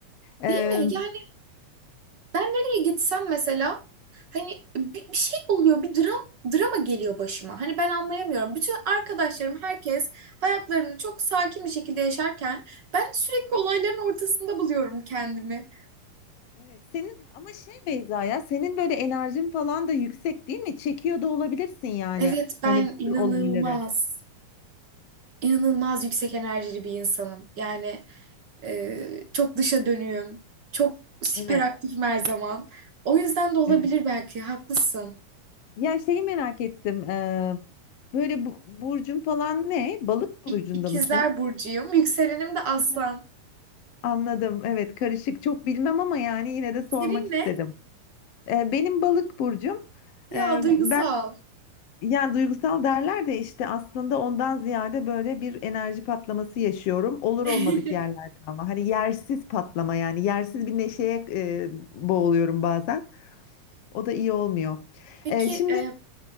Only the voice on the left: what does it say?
Ee,
Evet, senin ama şey Beyza ya senin böyle enerjin falan da yüksek değil mi? Çekiyor da olabilirsin yani
hani bu
tür olayları.
Evet,
evet.
Ya şeyi merak ettim. eee, böyle bu, burcun falan ne? Balık burcunda
mısın?
Evet. Anladım. Evet, karışık. Çok bilmem ama yani yine de sormak
istedim.
Eee, benim balık burcum.
eee,
ben Yani duygusal derler de işte aslında ondan ziyade böyle bir enerji patlaması yaşıyorum. Olur
olmadık yerlerde ama hani yersiz patlama yani yersiz bir neşeye e, boğuluyorum bazen. O da iyi olmuyor.
E, şimdi